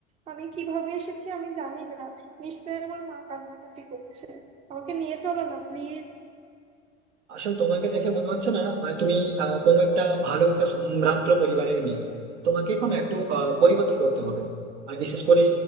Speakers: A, on the right; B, on the right.
A: আমি কিভাবে এসেছি আমি জানি না নিশ্চয়ই আমার মা কান্নাকাটি করছে আমাকে নিয়ে চলো না প্লিজ
B: আসলে তোমাকে দেখে মনে হচ্ছে না মানে তুমি আহ, কোনো একটা ভালো একটা সম্ভ্রান্ত পরিবারের মেয়ে তোমাকে এখন একটু আহ, পরিবর্তন করতে হবে আর বিশেষ করে